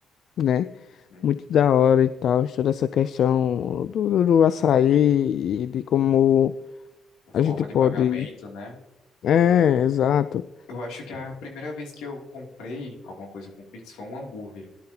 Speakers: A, on the left; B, on the left.
A: né?
B: Uhum.
A: Muito da hora e tal, toda essa questão do, do do açaí e de como
B: por forma
A: a gente pode.
B: de pagamento, né?
A: É, exato.
B: Eu acho que a primeira vez que eu comprei alguma coisa com Pix foi um hambúrguer